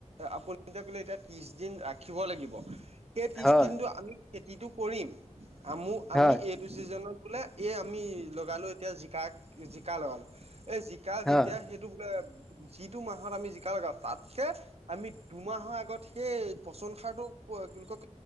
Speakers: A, on the right; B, in the centre.
A: আপুনি যে ক'লে এতিয়া ত্ৰিশ দিন ৰাখিব লাগিব। সেই ত্ৰিশ
B: হয়
A: দিনটো আমি খেতিটো কৰিম। আমু আমি
B: হয়
A: এইটো চিজনত বোলে এই আমি লগালো। এতিয়া জিকাক। জিকা লগালো। এই জিকা
B: হয়
A: যেতিয়া সেইটো বোলে। যিটো মাহত আমি জিকা লগাওঁ তাতকে আমি দুমাহৰ আগত। এই পচন সাৰটো। <unintelligible>